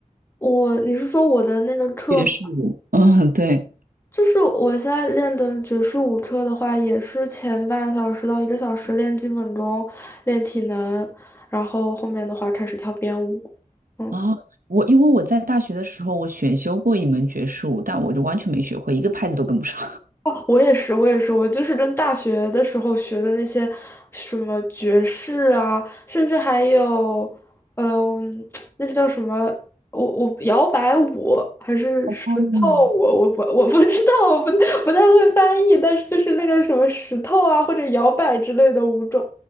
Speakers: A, on the left; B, on the right.
A: 我，你是说我的那个课
B: 爵士舞。嗯，对。
A: 就是我现在练的爵士舞车的话，也是前半个小时到一个小时练基本功、练体能，然后后面的话开始跳编舞。嗯。
B: 哦，我因为我在大学的时候，我选修过一门爵士舞，但我就完全没学会，一个拍子都跟不上。
A: 我也是，我也是，我就是跟大学的时候学的那些什么爵士啊，甚至还有，嗯、<tsk> 那个叫什么，我我摇摆舞还是石头舞，
B: 嗯，
A: 我不我不知道，我不不太会翻译，但是就是那个什么石头啊或者摇摆之类的舞种，